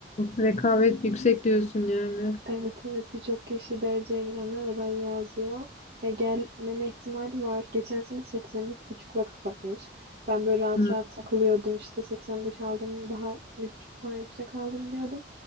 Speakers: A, on the left; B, on the right.
A: Rekabet yüksek diyorsun yani.
B: Evet evet birçok kişi dereceye girenler orayı yazıyor. E, gelmeme ihtimali var. Geçen sene seksen üç buçukla kapatmış. Ben böyle rahat
A: Hı.
B: rahat takılıyordum işte 85 aldım daha bir buçuk puan yüksek aldım diyordum.